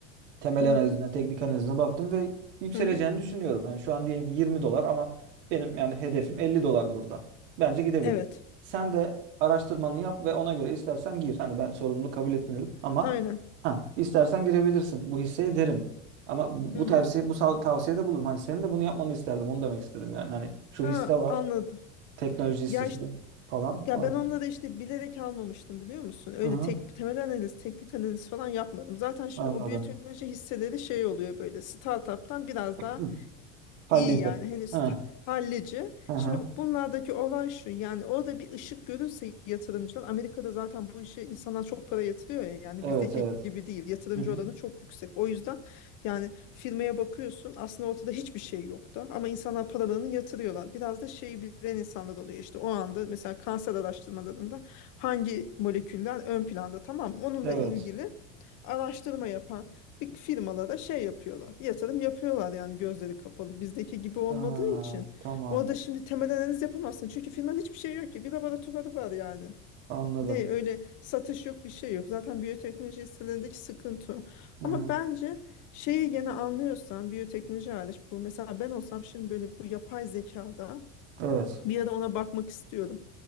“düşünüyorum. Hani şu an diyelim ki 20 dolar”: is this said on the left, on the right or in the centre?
Right